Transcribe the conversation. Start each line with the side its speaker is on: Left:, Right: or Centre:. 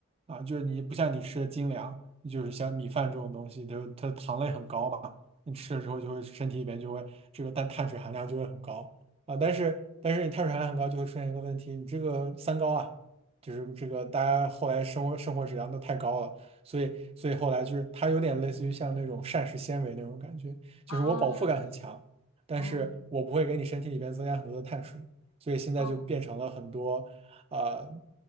Right: 啊，就是你不像你吃的精粮，就是像米饭这种东西，就是它糖类很高吧。你吃了之后就会身体里边就会这个碳碳水含量就会很高啊，但是但是你碳水含量很高就会出现一个问题，你这个三高啊，就是这个大家后来生活生活质量都太高了，所以所以后来就是它有点类似于像那种膳食纤维那种感觉，就是我饱腹感很强，
Left: 哦
Right: 但是我不会给你身体里边增加很多的碳水，
Left: 哦
Right: 所以现在就变成了很多啊、
Left: 哦，
Right: 呃